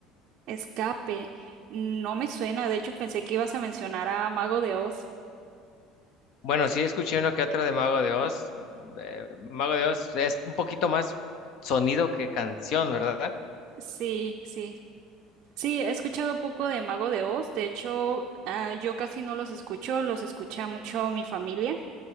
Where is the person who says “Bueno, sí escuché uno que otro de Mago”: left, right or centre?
Left